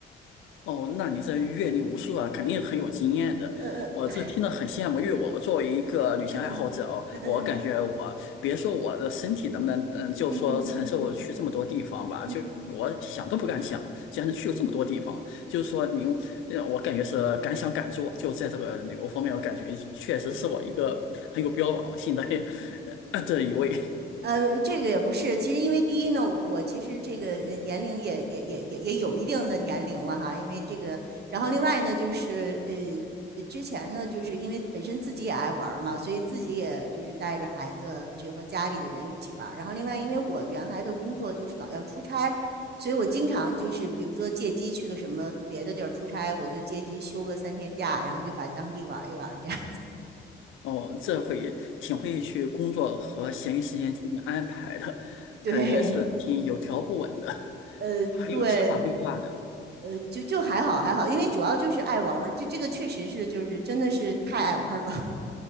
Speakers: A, on the left; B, on the right.
A: 哦，那你这阅历无数啊，肯定很有经验的。
B: 呃呃
A: 我这听了很羡慕，因为我作为一个旅行爱好者哦，
B: 嗯嗯
A: 我感觉我别说我的身体能不能，嗯，就说承受去这么多地方吧，
B: 嗯嗯嗯嗯嗯嗯嗯嗯，
A: 就我想都不敢想，竟然能去过这么多地方。就是说您，嗯，我感觉是敢想敢做，就在这个旅游方面，我感觉确实是我一个很有标榜性的
B: 呃
A: <laughs> 呃的一位。
B: 呃，这个也不是，其实因为第一呢，我我其实这个呃年龄也也也也也有一定的年龄了哈，因为这个，然后另外呢，就是呃，呃之前呢，就是因为本身自己也爱玩嘛，所以自己也就是带着孩子就和家里的人一起玩然后另外因为我原来的工作就是老要出差，所以我经常就是比如说借机去个什么别的地儿出差，我就借机休个三天假，然后就把当地玩一玩这样
A: 哦，这会挺会去工作和闲余时间进行安排的，
B: <laughs> 对。
A: 感觉是挺有条不紊的，<laughs>
B: 呃，
A: 很有计划规划的。
B: 对，呃，就就还好还好，因为主要就是爱玩儿，就这个确实是就是真的是太爱玩儿了。<laughs>